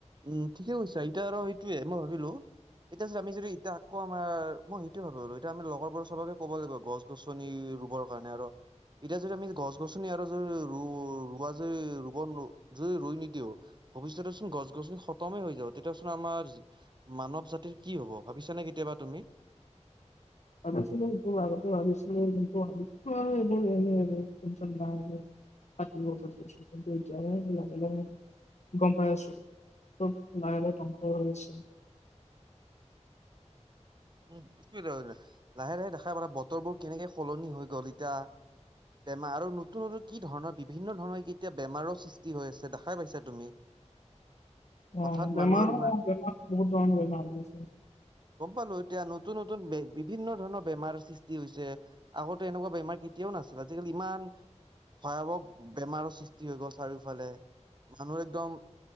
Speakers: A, on the right; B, on the left.
A: উম, ঠিকে কৈছা এতিয়া আৰু এইটোৱে মই ভাবিলোঁ, এতিয়া চা আমি যদি এতিয়া আকৌ আমাৰ মই সেইটোৱে ভাৱোঁ আৰু এতিয়া আমি লগৰবোৰক চবকে ক'ব লাগিব গছ গছনি ৰুবৰ কাৰণে আৰু এতিয়া যদি আমি গছ গছনি আৰু য-ৰু-ৰুৱা যে-ৰুব যে, ৰুই নিদিও ভৱিষ্যতে চোন গছ গছনি খতমেই হৈ যাব তেতিয়া চোন আমাৰ মানৱ জাতিৰ কি হ'ব ভাবিছা নে কেতিয়াবা তুমি?
B: ভাবিছিলোঁ এইটো আগতেও ভাবিছিলোঁ কিন্তু ভাবিছিলোঁ আৰু এইবোৰ এনে, এনে টেনচন নাই আৰু থাকিব বছৰ, বছৰ কিন্তু এতিয়াহে লাহে, লাহে গম পাই আছো লাহে, লাহে ধ্বংস হৈছে।
A: <unintelligible> লাহে লাহে দেখাই পাবা বতৰবোৰ কেনেকে সলনি হৈ গ'ল এতিয়া, বেমাৰ আৰু নতুন নতুন কি ধৰণৰ বিভিন্ন ধৰণৰ এতিয়া বেমাৰৰ সৃষ্টি হৈ আছে দেখাই পাইছা তুমি।
B: অ',
A: হঠাৎ
B: বেমাৰো
A: মানুহৰ ইমান
B: বেমাৰ বহুত ধৰণৰ বেমাৰ হৈ আছে।
A: গম পালোঁ। এতিয়া নতুন নতুন বে বিভিন্ন ধৰণৰ বেমাৰ সৃষ্টি হৈছে, আগতে এনেকুৱা বেমাৰ কে তিয়াও নাছিল আজিকালি ইমান ভয়াৱহ বেমাৰৰ সৃষ্টি হৈ গ'ল চাৰিওফালে, মানুহ একদম,